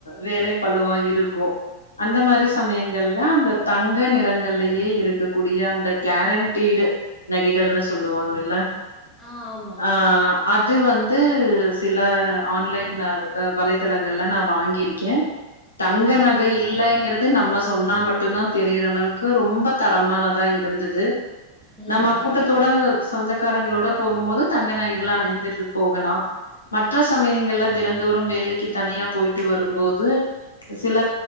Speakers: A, on the left; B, in the centre.
A: வேலை பழுவா இருக்கும் அந்த மாரி
B: ஓ!
A: சமயங்கள்ல அந்த தங்க நிறங்கள்லயே இருக்கக்கூடிய அந்த கேரண்டிட் நகைகள்னு சொல்லுவாங்கல்ல
B: ஆ ஆமா.
A: ஆ அது வந்து சில ஆன்லைன் அ வலைத்தளங்கள்ல நா வாங்கியிருக்கே தங்க
B: ம்.
A: நகை இல்லங்கறது து நம்ம சொன்னா மட்டும் தா தெரியிற அளவுக்கு ரொம்ப தரமானதா இருந்தது
B: ம்
A: நம்ம கூட்டத்தோட
B: ஓகே ஓகே
A: சொந்தக்காரங்களோட போகும்போது தங்க நகைகள அணிந்து போகலா மற்ற சமயங்கள்ல தினந்தோறும் வேலைக்கு தனியா போயிட்டு வரும்போது சில